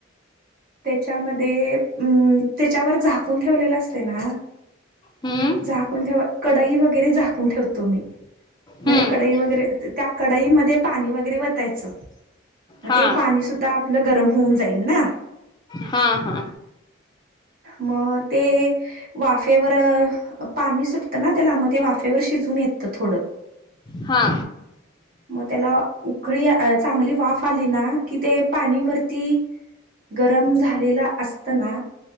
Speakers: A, on the right; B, on the left.
A: त्याच्यामध्ये म त्याच्यावर झाकून ठेवलेल असतंय ना,
B: हम्म
A: झाकून ठेवा कडई वगैरे झाक- कून ठेवतो मी मग
B: हम्म
A: त्या कडई वगैरे त्या कडईमध्ये पाणी वगैरे वतायचं. म
B: हा
A: ते पाणी सुद्धा आपलं गरम होऊन जाईल ना.
B: हा हा.
A: मग ते वाफेवर, पाणी सुटतं ना त्याला मग ते वाफे वाफेवर शिजून येतं थोडं.
B: हा.
A: मग त्याला उकळी चांगली वाफ आली ना कि ते पाणी वरती गरम झालेल असतना